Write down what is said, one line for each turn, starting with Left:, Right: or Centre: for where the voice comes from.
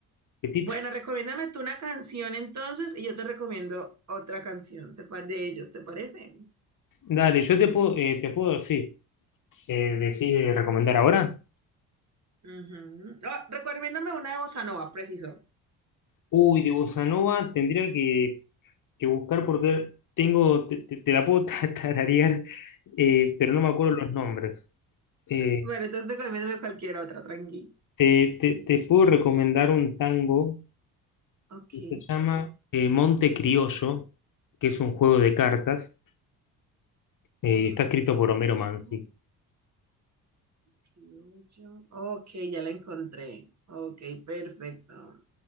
Left: Petit.
Right: Bueno, recomiéndame tú una canción entonces y yo te recomiendo otra canción te pa- de ellos, ¿te parece?
Left: Dale, yo te puedo, eh, te puedo, sí, eh, decir, eh, recomendar ahora.
Right: Ujú. Ah, recomiéndame una de bossa nova, preciso.
Left: Uy, de Bossa Nova tendría que, que buscar porque tengo, te, te- te la puedo <laughs> tararear, eh, pero no me acuerdo los nombres. Eh,
Right: Bueno, entonces recomiéndame cualquier otra, tranqui.
Left: te, te- te puedo recomendar un tango
Right: Ok.
Left: que se llama eh, Monte Criollo, que es un juego de cartas. eh, y
Right: Monte
Left: está escrito
Right: Criollo,
Left: por Homero Mansi.
Right: Criollo. Ok, ya la encontré. Ok, perfecto.